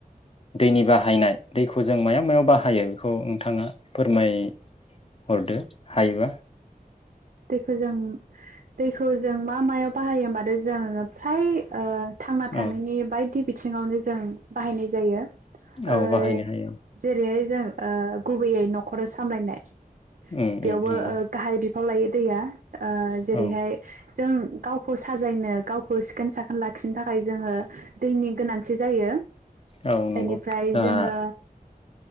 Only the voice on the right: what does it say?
दैखौ जों दैखौ जों मा मायाव बाहायो होमबाथाय जोंङो फ्राय ओ थांना थानायनि
बायदि बिथ थिङावनो जों बाहायनाय जायो।
ओ
जेरैहाय जों ओ गुबैयै न'खर सामलायनाय
बेयावबो
ओ गाहाय बिफाव लायो। दा ओ जेरैहाय
जों गावखौ साजायनो गावखौ सिखोन-साखोन लाखिनो थाखाय जोङो दैनि गोनांथि जायो।
बेनिफ्राय
जोङो